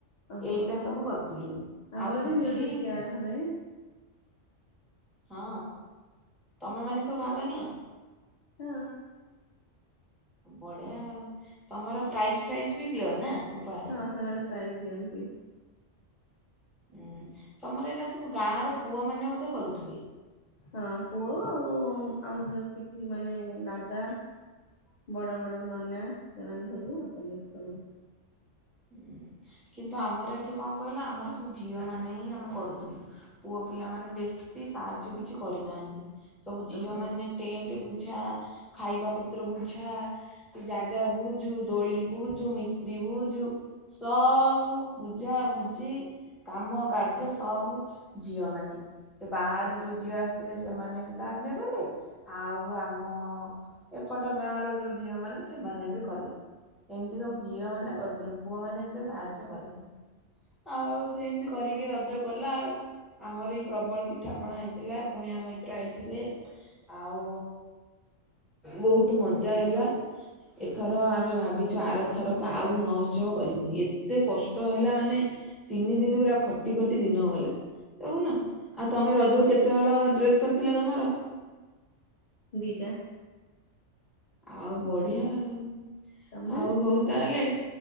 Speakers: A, on the left; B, in the centre.
A: ଓହୋ
B: ଏଇଗୁରା ସବୁ କରୁଥିଲୁ
A: ଆମର
B: ଆଉ ପୁଚି
A: ବି ମ୍ୟୁଜିକ ଚିଆର ହୁଏ।
B: ହଁ ତମେ ମାନେ ସବୁ ଭାଗ ନିିଅ?
A: ହଁ।
B: ବଢିଆ ଆଉ ତମର ପ୍ରାଇଜ ଫାଇଜ ବି ଦିଅ ନା? ଉପହାର
A: ହଁ ସେମାନେ ପ୍ରାଇଜ ଦିଅନ୍ତି।
B: ହୁଁ ତମର ଏଇଟା ସବୁ ଗାଁ ର ପୁଅ ମାନେ ବୋଧେ କରୁଥିବେ?
A: ହଁ ପୁଅ ଆଉ
B: ହଁ ପୁଅ
A: ଆଉ
B: ପୁଅ
A: କିଛି ମାନେ
B: ଆଉ
A: ଦାଦା।
B: କିଛି ମାନେ ଦାଦା
A: ବଡ ବଡ ନନା ସେମାନେ
B: ବଡ଼ ବଡ଼ ନନା ଥିଲେ।
A: ସବୁ। <unintelligible>
B: ହୁଁ। କିନ୍ତୁ ଆମର ଏଠି କଣ କହିଲ ଆମର ସବୁ ଝିଅ ମାନେ ହିଁ ଆମେ କରୁଥିଲୁ ପୁଅ ପିଲା ମାନେ ବେଶୀ ସିଏ ସାହାଯ୍ୟ କିଛି କରିନାହାନ୍ତି ସବୁ ଝିଅ
A: ଓହୋ
B: ମାନେ ଟେଣ୍ଡ ବୁ ବୁଝା ଖାଇବା ପତ୍ର ବୁଝା, ସେ ଜାଗା ବୁଝୁ, ଦୋଳି ବୁଝୁ, ମିସ୍ତ୍ରୀୁ ବୁଝୁ। ସବୁ ବୁଝା ବୁଝି କାମ କାର୍ଯ୍ୟ ସବୁ ଝିଅ ମାନେ। ସେ ବାହାରୁ ଯୋଉ ଝିଅ ଆସିଥିଲେ ସେମାନେ ବି ସାହାଯ୍ୟ କଲେ ଆଉ ଆମ ଏପଟ ଗାଁ ର ଯୋଉ ଝିଅ ମାନେ ସେମାନେ ବି କଲେ ଏମିତି ସବୁ ଝିଅ ମାନେ କରିଥିଲୁ। ପୁଅ ମାନେ ଏତେ ସାହାଯ୍ୟ କଲେନି ଆଉ ସେମିତି କରିକି ରଜ ଗଲା ଆଉ। ଆମର ଏଇ ପ୍ରବଳ ପିଠାପଣା ହେଇଥିଲା କୁଣିଆ ମଇତ୍ର ଆଇଥିଲେ। ଆଉ ବହୁତ ମଜା ହେଲା ଏଥର ଆମେ ଭାବିଛୁ ଆରଥରକୁ ଆଉ ମ ଶ୍ରମ କରିବୁନି ଏତେ କଷ୍ଟ ହେଲା ମାନେ ତିନି ଦନ ପୁରା ଖଟି
A: ହୁଁ
B: ଖଟି
A: ହୁଁ
B: ଦିନ ଗଲା ଦେଖୁନ। ଆଉ ତମେ ରଜକୁ କେତେ ହଳ ଡ୍ରେସ କରିଥିଲ ତମର?
A: ଦିଟା।
B: ଆଉ ବଢିଆ ଆଉ
A: ତମେ
B: ଆଉ ହଉ ତାହେଲେ